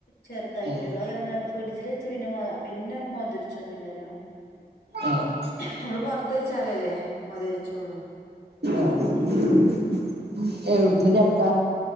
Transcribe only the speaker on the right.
ഏഹ്
ഏഹ്
ആഹ്. എവ്ട്തെ ചക്ക